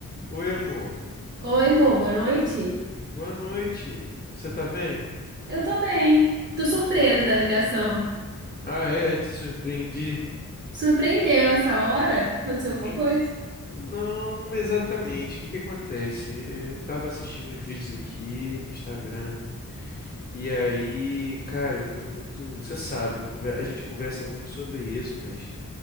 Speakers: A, on the left (about 30°); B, on the right (about 35°).
A: Oi, amor.
B: Oi, amor, boa noite.
A: Boa noite. Você tá bem?
B: Eu tô bem. Tô surpresa da ligação.
A: Ah, é, te surpreendi.
B: Surpreendeu essa hora? Aconteceu alguma
A: Em-
B: coisa?
A: Não exatamente. O que que acontece? Eu tava assistindo uns vídeos aqui no Instagram, né? E aí, cara, eu tô muito. Você sabe, eu conver- a gente conversa muito sobre isso, mas